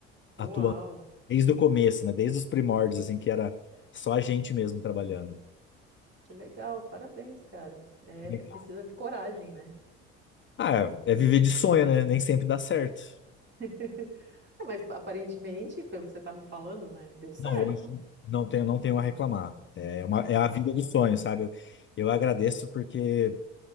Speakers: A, on the right (about 35°); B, on the left (about 35°).
A: Uau,
B: atuando. Desde o começo, né? Desde os primórdios, assim, que era só a gente mesmo trabalhando.
A: que legal, parabéns, cara. É,
B: Legal.
A: é precisa de coragem, né?
B: Ah, é é viver de sonho, né? Nem sempre dá certo.
A: <laughs> Ah, Mas aparentemente, pelo que você está me falando, né, deu certo.
B: Não, hoje não tenho, não tenho a reclamar. É uma, é
A: Ah,
B: a vida dos sonhos, sabe? Eu, eu agradeço porque